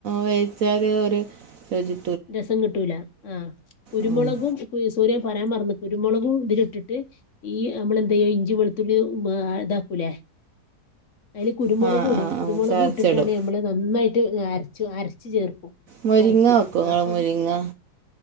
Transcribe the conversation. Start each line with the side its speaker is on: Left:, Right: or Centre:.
Right: വേവിച്ചാല് ഒരു ചി
Left: രസം കിട്ടൂല ആഹ് കുരുമുളകും
Right: ആ
Left: സൂര്യ പറയാൻ മറന്ന് കുരുമുളകും ഇതില് ഇട്ടിട്ട് ഈ നമ്മളെന്ത ചെയ്യോ ഇഞ്ചി വെളുത്തുള്ളി ഇതാക്കൂലേ അതില് കുരുമുളക്
Right: ആ
Left: കൂടും
Right: ആ
Left: കുരുമുളക്
Right: ആ ചതച്ചിടും
Left: ഇട്ടിട്ടാണ് നമ്മള് നന്നായിട്ട്ര അരച്ചു ചേർക്കും
Right: മുരിങ്ങ
Left: അരക്കും
Right: വക്കൊ ഇങ്ങൾ
Left: അപ്പൊ
Right: മുരിങ്ങ